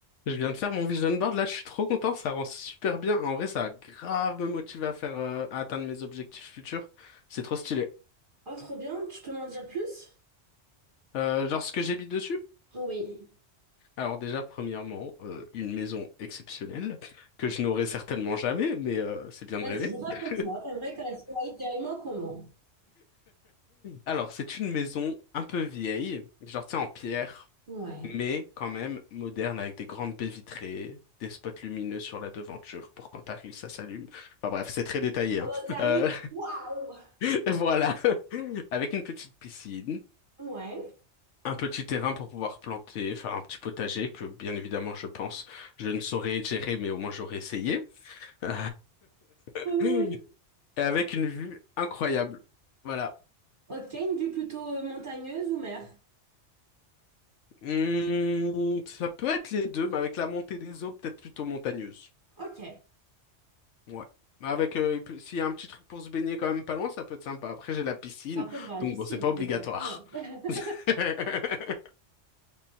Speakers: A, on the left (about 80°); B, on the right (about 45°).
A: Je viens de faire mon vision board, là, je suis trop content, ça rend super bien. En vrai, ça a grave me motivé à faire, euh, à atteindre mes objectifs futurs. C'est trop stylé.
B: Ah, trop bien, tu peux m'en dire plus?
A: Euh, genre, ce que j'ai mis dessus?
B: Oui.
A: Alors déjà, premièrement, euh, une maison exceptionnelle, que je n'aurai certainement jamais, mais euh, c'est bien de
B: Vas-y,
A: rêver.
B: raconte-moi,
A: <laughs>
B: t'aimerais qu'elle soit idéalement comment?
A: Alors, c'est une maison un peu vieille, genre, tu sais, en pierre,
B: Ouais.
A: mais quand même moderne, avec des grandes baies vitrées, des spots lumineux sur la devanture pour quand t'arrives, ça s'allume. Enfin bref, c'est très détaillé, hein.
B: Oh, bah, t'arrives,
A: Euh,
B: waouh!
A: <laughs> Voilà. Avec une petite piscine,
B: Ouais.
A: un petit terrain pour pouvoir planter, faire un petit potager que, bien évidemment, je pense, je ne saurais gérer, mais au moins j'aurais essayé. Euh, <laughs>
B: Trop drôle.
A: Et avec une vue incroyable. Voilà.
B: Ok, une vue plutôt euh, montagneuse ou mer?
A: Hmm, ça peut être les deux, mais avec la montée des eaux, peut-être plutôt montagneuse.
B: Ok.
A: Ouais. Mais Avec, euh, il peut- s'il y a un petit truc pour se baigner quand même pas loin, ça peut être sympa. Après, j'ai la piscine,
B: Après, tu la
A: donc
B: piscine,
A: bon, c'est pas obligatoire.
B: exactement. <laughs>
A: <laughs>